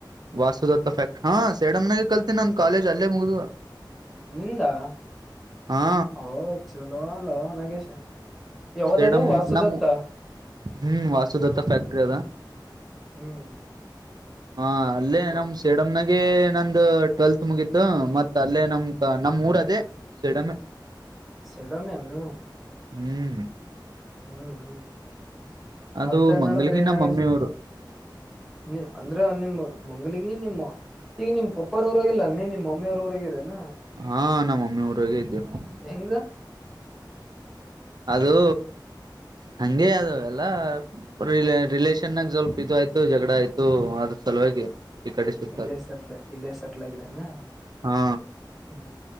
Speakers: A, on the right; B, in the centre.
A: ವಾಸುುದತ್ತ ಫ್ಯಾಕ್ಟ ಹಾ ಸೇಡಮ್ನಾಗ ಕಲ್ತೀನಿ ನಮ್ ಕಾಲೇಜ್ ಅಲ್ಲೇ ಮುಗ್ದು
B: ನಿಂದಾ
A: ಹಾ
B: ಹೌ ಚಲೋ ಅಲ್ಲ ನಗೇಶ ಯಾವ್ದದುೂ
A: ಸೇಡಮ್
B: ವಾಸುದತ್ತ
A: ನಮ್ ಹ್ಮ್ ವಾಸುದತ್ತ ಫ್ಯಾಕ್ಟ್ರಿ ಅದ
B: ಹ್ಮ್
A: ಹಾ ಅಲ್ಲೇ
B: ಮತ್
A: ನ...... ಸೇಡಂ ನಗೆ ನಂದ್ ಟ್ವೆಲ್ತ್ ಮುಗೀತು ಮತ್ ಅಲ್ಲೇ ನಮ್ ನಮ್ ಊರ ಅದೇ.... ಸೇಡಂ..
B: ಸೇಡಂ ಎನ.......
A: ಹ್ಮ್...
B: ಹ್ಮ್ ಹ್ಮ
A: ಅದು
B: ಮಾತೇನ್
A: ಮಂಗಲ್ಗಿ
B: ನಡದದ ರೀ
A: ನಮ್ಮ
B: ನಾಗೇಶ್....
A: ಮಮ್ಮಿ ಊರು
B: ನೀ ಅಂದ್ರ ನಿಮ್ಮ ಮಂಗಗಳಿಗೆ ನಿಮ್ಮ ಈಗ ನಿಮ್ ಪಪೋರ್ ಊರಾಗ್ ಇಲ್ಲೇನ್ ನೀ ನಿಮ್ಮ್ ಮಮ್ಮಿವರ್ ಊರಾಗ್ ಇದಿ ಏನ್......
A: ಹಾ ನಮ್ಮ ಮಮ್ಮಿ ಊರಾಗೆ ಇದ್ದೇವಿ ನಾವು
B: ಹೆಂಗ್....
A: ಅದು ಹಂಗೆ ಅದು ಎಲ್ಲ... ರಿ ರಿಲೇಷನಾಗ್ ಸ್ವಲ್ಪ ಇದು ಆಯ್ತು ಜಘದ ಆಯ್ತು ಅದ್ರ ಸಲುವಾಗಿ.... ಈ ಕಡೆ ಸುತ್ತ
B: ಇಲ್ಲೇ ಸಟ್ಲ ಇಲ್ಲೇ ಸಟ್ಲ್ ಆಗಿರನಾ....
A: ಹಾ
B: ಹ್ಮ್